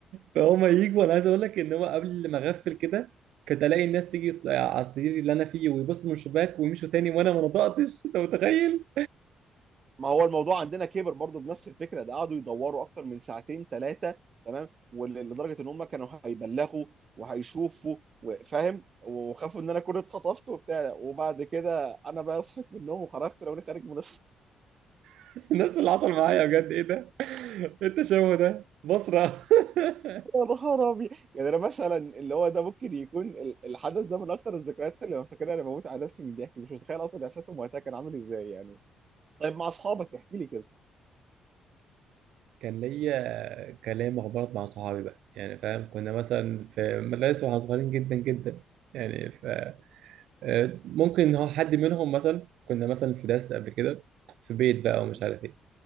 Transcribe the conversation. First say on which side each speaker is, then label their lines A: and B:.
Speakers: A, on the right; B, on the right.
A: فهم يجوا انا عايز اقول لك ان هو قبل ما اغفل كده كنت الاقي الناس تيجي تطلع على السرير اللي انا فيه ويبصوا من الشباك ويمشوا تاني وانا ما نطقتش انت متخيل
B: ما هو الموضوع عندنا كبر برضو بنفس الفكره ده قعدوا يدوروا اكتر من ساعتين ثلاثه تمام وال- لدرجه ان هم كانوا هيبلغوا وهيشوفوا وفاهم وخافوا ان انا كنت اتخطفت وبتاع وبعد كده انا بقى صحيت من النوم وخرجت لو انا خارج من
A: <laughs> نفس اللي حصل معايا بجد ايه ده <laughs> التشوه ده بصرة <laughs>
B: يا نهار ابيض يعني انا مثلا اللي هو ده ممكن يكون ال- الحدث ده من اكتر الذكريات اللي بفتكرها انا بموت على نفسي من الضحك مش متخيل اصلا احساسهم وقتها كان عامل ازاي يعني طيب مع اصحابك احكي لي كده
A: كان ليا كلام اخبارات مع صحابي بقى يعني فاهم كنا مثلا في مدارس واحنا صغيرين جدا جدا يعني ف آه، ممكن إن هو حد منهم مثلا كنا مثلا في درس قبل كده في بيت بقى ومش
B: م-
A: عارف إيه.